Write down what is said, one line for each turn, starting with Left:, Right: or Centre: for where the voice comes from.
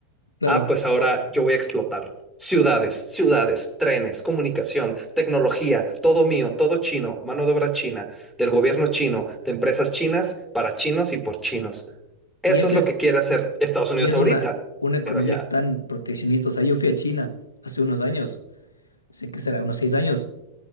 Left: claro.
Centre: Ah, pues ahora yo voy a explotar. Ciudades, ciudades, trenes, comunicación, tecnología, todo mío, todo chino, mano de obra china, del gobierno chino, de empresas chinas, para chinos y por chinos. Eso
Left: Y ese
Centre: es lo
Left: es
Centre: que quiere hacer Estados Unidos
Left: Y es
Centre: ahorita,
Left: una, una economía
Centre: pero ya
Left: tan proteccionista. O sea, yo fui a China hace unos años, sé que será unos seis años,